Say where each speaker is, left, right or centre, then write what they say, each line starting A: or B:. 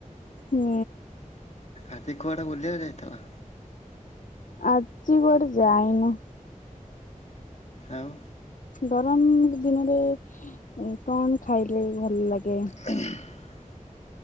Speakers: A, on the left; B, on the left.
A: ହୁଁ।
B: ଆଜି କୁଆଡେ ବୁଲିବାକୁ ଯାଇଥିଲ।
A: ଆଜି କୋଆଡେ ଯାଇନୁ।
B: ଆଉ।
A: ଗରମ ଦିନରେ କଣ ଖାଇଲେ ଭଲ ଲାଗେ।
B: <unintelligible>